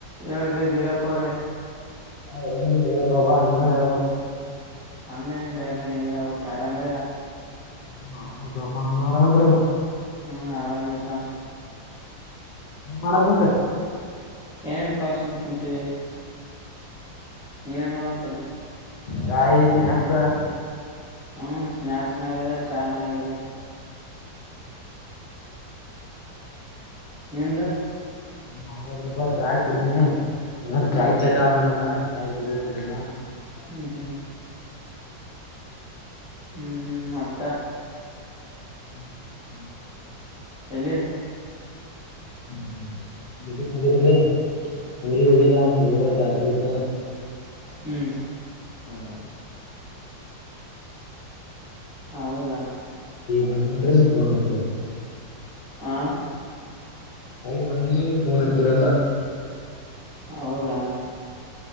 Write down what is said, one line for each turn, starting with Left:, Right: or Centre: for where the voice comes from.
Centre: ಹೇಳಳ್್ರಿ ಬಿೀರಾಪ್ರ.
Left: ಹಾ ಏನ್ ಹೇಳ್ರಿ ಬಾಬಾ ನೀವೇ ಹೇಳ್ಬೇಕ.
Centre: ಆಮ್ದೇನಲ್ರ ಎಲ್ಲಾ ನೀವೋಗಕ್ ಆರಾಮ ಇರಲ್ಲ.
Left: ನೀ ಆರಾಮ ಮತ ಅ ಅ ನೀ ಆರಾಮ ಮದರಲ್ಲ
Centre: ಹ್ಮ್ ಆರಾಮೇ ಇಪಾ
Left: ಏನ್ ಮಾಡಕ್ ಕುಂತೀರಿ
Centre: ಏನಲ್ ಪಾಸಮ ಕುಂತೀವಿ, ನೀವ ಏನ್ ಮಾಡ ಹೋಗ್ತರಿ,
Left: ರಾಯ ಸ್ನಾಯಕ್ಸ್,
Centre: ಹ್ಮ್ ಸ್ನಾಯಕ್ಸ್ ನ ಆಗಿದೆ ಚಾ ಆಗಿದೆ. ನಿ್ದ
Left: ಹಾಗಾದ್ರೂ ಕತ್ ಆಯಕ್ ಕುಡ್ದೀನಿ, ಅಂದ್
Centre: ಹ್ಮ್
Left: ಚಾಯ್ ಚಟಾವ ನಮ್ಗೆ ಕಾಯಿ ಕುಡಬೇಕ ಇದನ್ನ
Centre: ಹ್ಮ್ ಹ್ಮ್ ಹ್ಮ್ ಮತ್ತ
Left: ಹ್ಮ್ ಹ
Centre: ಎಲ್ಲಿರಿ
Left: ಹ್ಮ ಇದಕ್ ಹೋಗಿದ್ರಿ ಊಗ್ ಹೋಗಿದ ಒಂದ ಊರ ಜಾತ್ರೆ ಇತ್ತು.
Centre: ಹ್ಮ್
Left: ಹ ಜಾ.
Centre: ಹೌದಾ
Left: ಬಂದನ್ರಿ ನೀವ್ ಫೋನ್ ಹಕ್ತರ
Centre: ಹ
Left: ಹಗ ಬಂದನಿ ನೀವು ಫೋನ್ ಹಾಕ್ತೀರಾ ಅಂತ
Centre: ಹೌದಾ